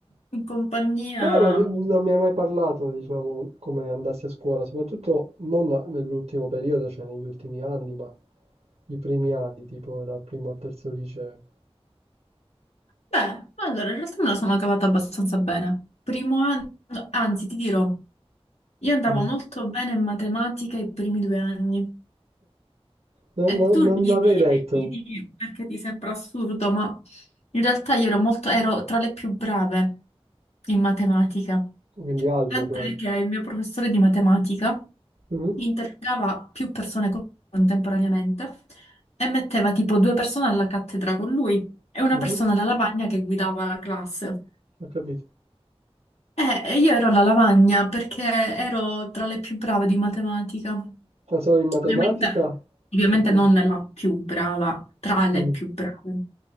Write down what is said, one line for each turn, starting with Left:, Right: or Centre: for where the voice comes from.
Left: in compagnia...
Right: però non, non mi hai mai parlato, diciamo, come andassi a scuola, soprattutto non nell'ultimo periodo, cioè negli ultimi anni, ma i primi anni, tipo dal primo al terzo liceo.
Left: Beh, allora, in realtà me la sono cavata abbastanza bene. Primo anno, anzi, ti dirò, io andavo
Right: Mm.
Left: molto bene in matematica i primi due anni.
Right: Non,
Left: E
Right: non-
Left: tu
Right: non
Left: ridi,
Right: l'avrei detto,
Left: ridi perché ti sembra assurdo, ma in realtà io ero molto, ero tra le più brave in matematica.
Right: quindi algebra.
Left: Tant'è che il mio professore di matematica
Right: Mhm,
Left: interrogava più persone co- contemporaneamente e metteva tipo due persone alla cattedra con lui e una
Right: mhm,
Left: persona alla lavagna che guidava la classe.
Right: Ho capito.
Left: E e io ero alla lavagna perché ero tra le più brave di matematica.
Right: La so in matematica?
Left: Ovviamente, ovviamente
Right: Poco.
Left: non la più brava, tra le
Right: Mm.
Left: più brave.